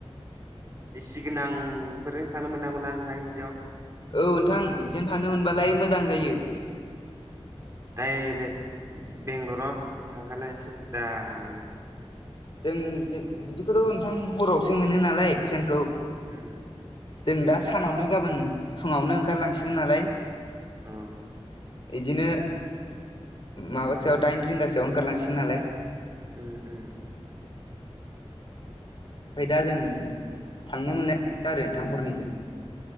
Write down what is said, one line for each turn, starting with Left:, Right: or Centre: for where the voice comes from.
Right: एसि गोनां फोरजोंसो थांनो मोननांगौ ना नोंथां बिदियाव?
Left: औ‌ नोंथां बिदियावनो थानो मोनबालाय मोजां जायो।
Right: दाइरेक्ट बेंगलराव थांखानाय सि दानो।
Left: जों जों बिदिखौथ' नोंथां हरावसो मोनो नालाय ट्रेनखौ
Right: उम
Left: जों दा सानावनो गाबोन फुंङावनो ओंखार लांसिगोन नालाय
Right: अ
Left: इदिनो माबासोयाव दाइन रिंगा सोआव ओंखार लांसिन नालाय।
Right: उम उम
Left: ओमफ्राय दा जों, थांनो मोननाय <unintelligible> आरो नोंथां हरनिजों।